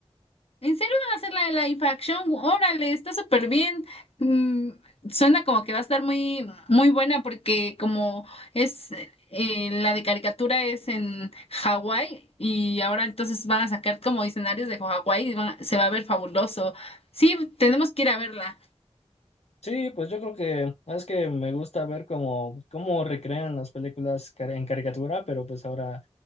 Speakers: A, on the left (about 65°); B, on the left (about 85°).
A: ¿En serio van a hacer la de la live action? Órale, está súper bien. Mm, suena como que va a estar muy, muy buena porque como es eh, la de caricatura es en Hawái y ahora entonces van a sacar como escenarios de Hawái y van a- se va a ver fabuloso. Sí, tenemos que ir a verla.
B: Sí, pues yo creo que es que me gusta ver cómo, cómo recrean las películas car- en caricatura, pero pues ahora